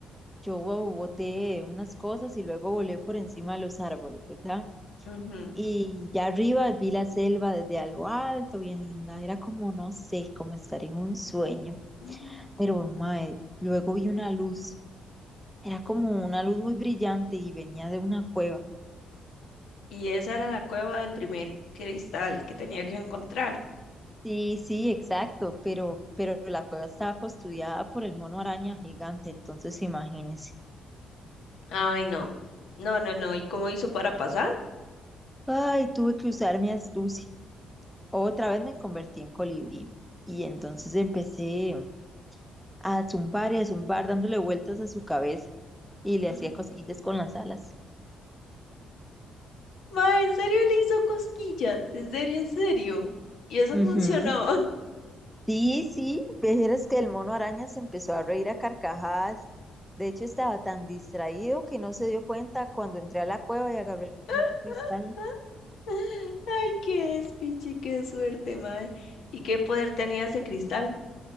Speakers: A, in the centre; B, on the left.
A: Yo bo- boté unas cosas y luego volé por encima de los árboles, ¿verdad?
B: Ujú.
A: Y ya arriba vi la selva desde algo alto, bien linda. Era como, no sé, como estar en un sueño.
B: Mm,
A: Pero, mae, luego vi una luz. Era como una luz muy brillante y venía de una cueva.
B: Y esa era la cueva del primer cristal que tenía que encontrar.
A: Sí, sí, exacto, pero, pero la cueva estaba custodiada por el mono araña gigante, entonces imagínese.
B: Ay, no. No, no, no. ¿Y cómo hizo para pasar?
A: Ay, tuve que usar mi astucia. Otra vez me convertí en colibrí y entonces empecé a zumbar y a zumbar dándole vueltas a su cabeza y le
B: <gasps>
A: hacía cosquillas con las alas.
B: Ma, ¿en serio le hizo cosquillas? ¿En serio, en serio? Y eso
A: Ujú.
B: funcionó.
A: Sí, sí, vieras que el mono araña se empezó a reír a carcajadas. De hecho, estaba tan distraído que no se dio cuenta cuando entré a la cueva y agarré el primer
B: <laughs>
A: cristal.
B: Ay, qué despiche, qué suerte, mae. ¿Y qué poder tenía ese cristal?